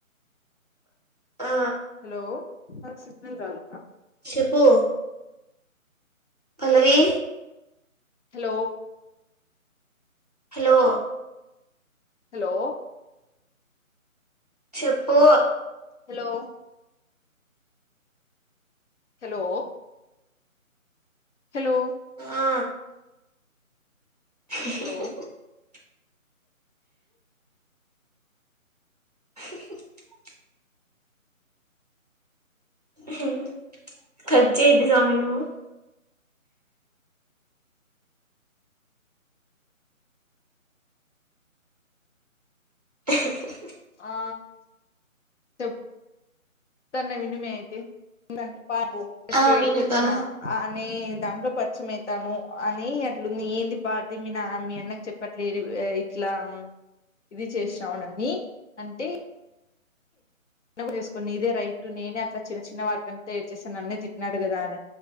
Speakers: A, on the right; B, on the left.
A: ఆ
B: హలో నాక్ సిగ్నల్ రాల.
A: షేప్పు పల్లవి
B: హలో
A: హలో
B: హలో
A: చెప్పు
B: హలో హలో హలో
A: ఆ <inaudible>
B: హలో
A: <inaudible> హ్మ్ కట్ చేయొద్దు స్వామి నువ్వు. <inaudible>
B: ఆ చెప్ చెప్తాన వినుమె అయితే, ఇంగంతే పాబు పాస్ట్
A: ఆ
B: లో ఏడిపిచ్చిన.
A: విను ఆ
B: అ ని దాంట్లో పరిచయం అయితాను అని అట్లుంది. ఏంది పా అది మీ నా మీ అన్నకి చెప్పట్లేదు. ఏ ఇట్లా, ఇది చేసినావు నన్ని అంటే, నవ్వు చేస్కో నీదే రైట్. ఇప్పుడు నేనే అట్ల చిన్న చిన్న వాటికంటే ఇద్ చేస్తే నన్నే తిట్టిన్నాడు కదా అన.